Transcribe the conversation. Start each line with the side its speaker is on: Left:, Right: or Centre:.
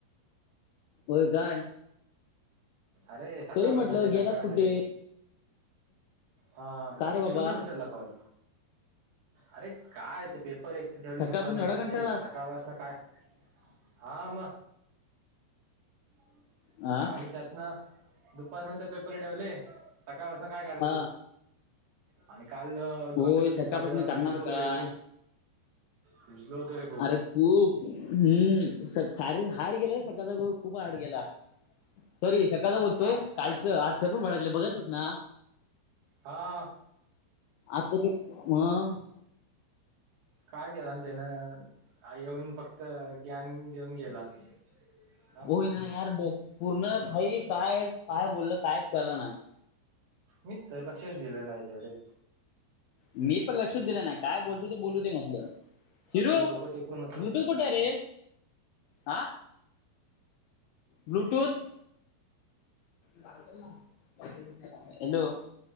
Left: होय काय?
Right: अरे सका
Left: तरी
Right: वासनल
Left: म्हटलं गेलास
Right: कंटावल
Left: कुठे
Right: ररी? हा
Left: का
Right: ते
Left: रे बाबा
Right: चिरूने उचलला कॉल अरे काय ते पेपर एक तर ठेवले
Left: सकाळपासून
Right: दुपार नंतरचे
Left: एवढा कंटाळास
Right: सकाळ वाासून काय? हा आम <inaudible>
Left: आ
Right: आणि त्यातनं दुपार नंतर पेपर ठेवले, सकाळ वाजता काय करायचं.
Left: हा
Right: आणि काल दोन
Left: होय
Right: दिवस
Left: सकाळपासून
Right: झाले झाला
Left: करणार
Right: भिजलो होतो
Left: काय
Right: रे खूप पिजलोत रे खूप
Left: अरे खूप हम्म स खारे हाड गेला सकाळचा वर खूप हाड गेला. सॉरी सकाचा बोलतोय
Right: आज
Left: कालच
Right: काय
Left: आज सरपण बाड गलं बघितलंस ना.
Right: हा.
Left: आमचे की म्ह.
Right: काय केेलान तेन, येऊन फक्त ज्ञान देऊन गेला. हा
Left: होई ना यार पूर्ण, काई काय, काय बोललं कायच कलं नाही.
Right: मी तर लक्षच दिलं नाही त्याकडे.
Left: मी पण लक्षच दिलं नाही काय बोलतो ते बोलूदे म्हटलं, चिरू,
Right: आपलं डोकं टेकून होतं
Left: ब्लूटूथ कुठ रे, हा, ब्लूटूथ. हॅलो.